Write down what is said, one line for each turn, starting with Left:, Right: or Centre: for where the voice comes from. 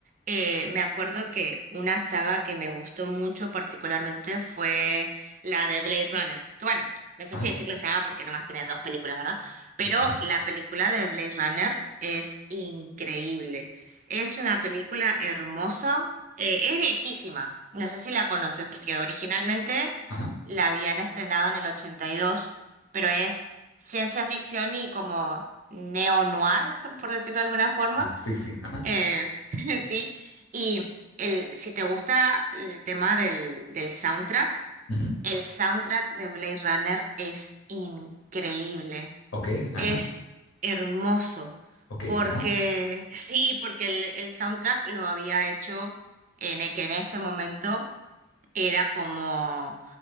Right: eh, me acuerdo que una saga que me gustó mucho particularmente fue la de Blade Runner. Que bueno, no sé
Left: Ajá,
Right: si decirle saga porque nomás tiene dos películas, ¿verdad? Pero
Left: sí, ajá,
Right: la película de Blade Runner es increíble. Es una película hermosa, eh, es viejísima. No sé si la conoces porque originalmente
Left: ajá.
Right: la habían estrenado en el 82, pero es ciencia ficción y como neo-noir, <laughs> por decirlo de alguna forma.
Left: Ajá, sí, sí, ajá.
Right: Eh, <laughs> sí. Y el, si te gusta el tema del, del soundtrack,
Left: ujú,
Right: el soundtrack de Blade Runner es increíble.
Left: Ok, ajá,
Right: Es hermoso.
Left: ok,
Right: Porque,
Left: ajá.
Right: <laughs> sí, porque el, el soundtrack lo había hecho en, que en ese momento era como